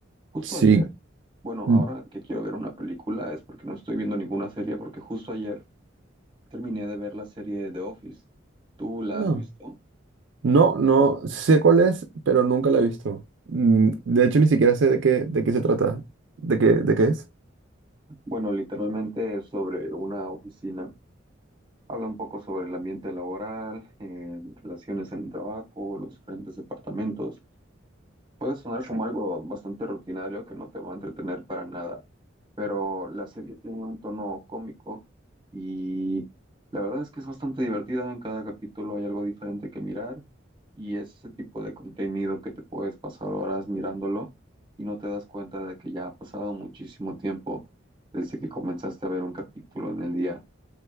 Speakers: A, on the right; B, on the right.
A: Justo
B: Sí,
A: ayer Bueno,
B: N-
A: ahora que quiero ver una película es porque no estoy viendo ninguna serie, porque justo ayer terminé de ver la serie The Office. ¿Tú la
B: ah,
A: has visto?
B: No, no sé cuál es, pero nunca la he visto. Mm, De hecho, ni siquiera sé de qué, de qué se trata. ¿De qué, de qué es?
A: Bueno, literalmente es sobre una oficina. Habla un poco sobre el ambiente laboral, eh, relaciones en el trabajo, los diferentes departamentos. Puede sonar como algo bastante rutinario que no te va a entretener para nada, pero la serie tiene un tono cómico y la verdad es que es bastante divertida. En cada capítulo hay algo diferente que mirar y es ese tipo de contenido que te puedes pasar horas mirándolo y no te das cuenta de que ya ha pasado muchísimo tiempo desde que comenzaste a ver un capítulo en el día.